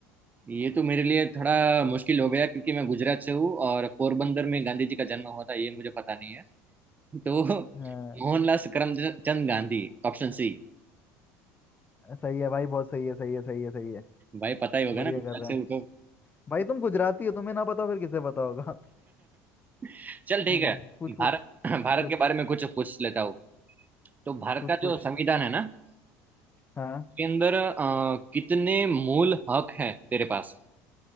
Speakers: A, on the right (about 25°); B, on the left (about 25°).
A: ये तो मेरे लिए थोड़ा मुश्किल हो गया क्योंकि मैं गुजरात से हूँ और पोरबंदर में गांधी जी का जन्म हुआ था ये मुझे पता नहीं है तो
B: हाँ
A: मोहनलाल करमचंद गांधी ऑप्शन सी
B: सही है भाई बहुत सही है सही है सही है सही है
A: भाई पता ही होगा
B: बढ़िया
A: ना गुजरात
B: कर रहे
A: से
B: हैं
A: हूँ तो
B: भाई तुम गुजराती हो तुम्हें ना पता हो, फिर किसे पता होगा
A: <laughs> चल ठीक
B: हम्म
A: है
B: पूछ
A: भारत
B: पूछ
A: भारत
B: पूछ
A: के बारे में कुछ पूछ लेता हूँ तो भारत
B: पूछ
A: का
B: पूछ
A: जो संविधान है ना उसके
B: हाँ
A: अंदर अ, कितने मूल हक है तेरे पास